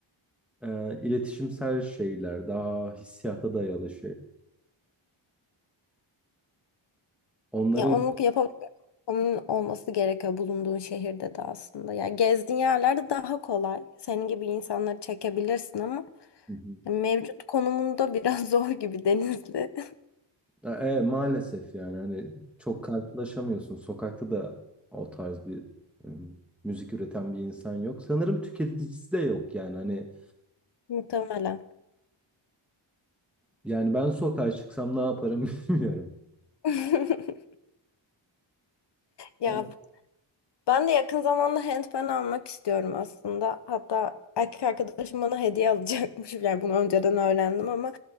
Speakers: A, in the centre; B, on the left.
A: e, iletişimsel şeyler, daha hissiyata dayalı şey. Onları
B: Ya onu yapabilmek onun olması gerekiyor bulunduğun şehirde de aslında. Ya gezdiğin yerlerde daha kolay. Senin gibi insanları çekebilirsin ama
A: Hı hı.
B: mevcut konumunda biraz <laughs> zor gibi Denizli.
A: Ya, E, maalesef yani hani çok karşılaşamıyorsun. Sokakta da o tarz bir em, müzik üreten bir insan yok. Sanırım tüketicisi de yok yani hani
B: <laughs> Muhtemelen.
A: yani ben sokağa çıksam ne yaparım <laughs> bilmiyorum.
B: <laughs> Ya
A: Yani-
B: ben de yakın zamanda handpan almak istiyorum aslında. Hatta erkek arkadaşım bana hediye alacakmış. <laughs> Yani bunu önceden öğrendim ama